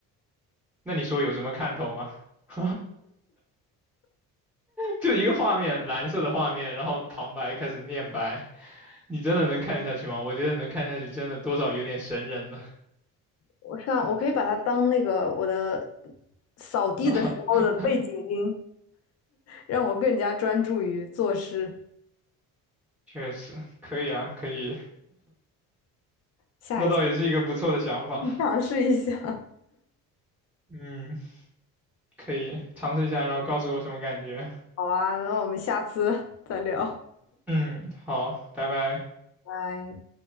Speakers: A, in the centre; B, on the left.
A: 那你说有什么看头吗？<laughs> 就一个画面，蓝色的画面，然后旁白开始念白，你真的能看下去吗？我觉得能看下去，真的多少有点神人了。
B: 我上，我可以把它当那个我的扫地的时候的背景音，
A: <laughs>
B: 让我更加专注于做事。
A: 确实，可以啊，可以，
B: 下一次
A: 那倒也是一个不错的想法。
B: <laughs> 尝试一下。
A: 嗯。可以尝试一下，然后告诉我什么感觉。
B: <laughs> 好啊，那我们下次再聊，
A: 嗯，好，拜拜。
B: 拜。